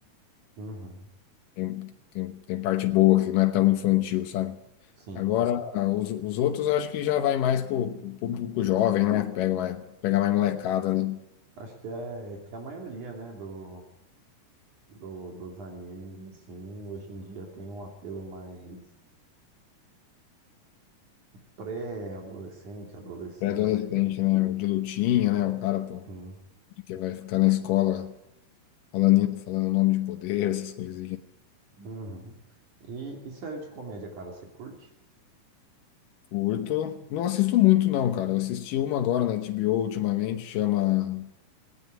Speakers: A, on the right; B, on the left.
A: Uhum,
B: tem, tem, tem parte boa, que não é tão infantil, sabe?
A: sim.
B: Agora, os, os outros eu acho que já vai mais pro, pro público jovem, né? Pega mais, pega mais molecada, né?
A: Acho que é é que é a maioria, né, do. do- dos animes, assim, hoje em dia tem um apelo mais pré-adolescente, adolescente
B: Pré-adolescente,
A: ali.
B: né? De lutinha, né? O cara, pô,
A: Sim.
B: que vai ficar na escola falando, falando nome de poder, essas coisas
A: Uhum. E, e série de comédia, cara, você curte?
B: Curto. Não assisto muito, não, cara. Eu assisti uma agora na HBO ultimamente, chama